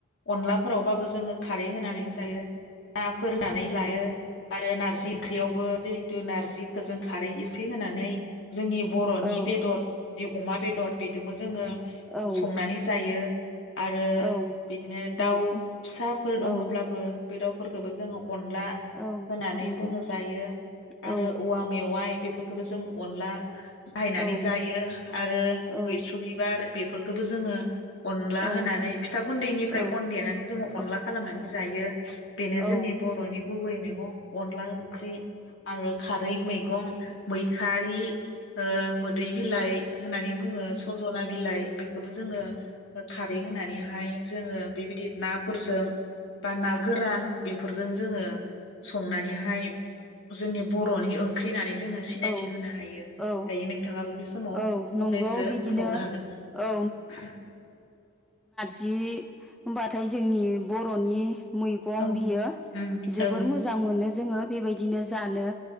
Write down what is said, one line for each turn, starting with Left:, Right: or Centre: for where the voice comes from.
Left: अनलाफोरावबाबो जोङो खारै होनानै जायो ना फोरनानै लायो आरो नारजि ओंख्रियावबो जिहेतु नारजि जों खारै एसे होनानै जोंनि बर'नि
Centre: औ
Left: बेदर बिदि अमा बेदर बेजोंबो जोङो
Centre: औ
Left: संनानै जायो आरो
Centre: औ
Left: बिदिनो
Centre: नंगौ
Left: दाउ फिसाफोर दङब्लाबो
Centre: औ
Left: बे दाउ फोरखोबो जोंङो अनला
Centre: औ
Left: होनानै
Centre: नंगौ
Left: जोङो जायो
Centre: औ
Left: आरो औवा मेवाइ बेफोरखौबो जों अनला बाहायनानै
Centre: औ
Left: जायो आरो
Centre: औ
Left: मैस्रु बिबार बेफोरखौबो जोङो अनला
Centre: औ
Left: होनानै फिथा गुन्दैनिफ्राय
Centre: औ
Left: अन देनानै जोङो
Centre: औ
Left: अनला खालामनानै जायो बेनो
Centre: औ
Left: जोंनि बर'नि गुबै मेग गं अनला ओंख्रि आरो खारै मैगं मैखारि ओ मोदै बिलाइ होननानै बुङो सजना बिलाइ बेखौबो जोङो खारै होनानैहाय जोङो बेबायदि नाफोरजों बा ना गोरान बेफोरजों जोङो संनानैहाय जोंनि बर'नि ओंख्रिहोननानै जोङो सिनायथि
Centre: औ
Left: होनो हायो
Centre: औ
Left: दायो नोंथाङाबो बे समाव
Centre: औ
Left: फंनैसो
Centre: नंगौ बिदिनो
Left: बुंबावनो हागोन
Centre: औ जि होमबाथाय जोंनि बर'नि मैगं
Left: औ
Centre: बियो
Left: उम
Centre: जोबोर
Left: औ
Centre: मोजां मोनो जोङो बेबायदिनो जानो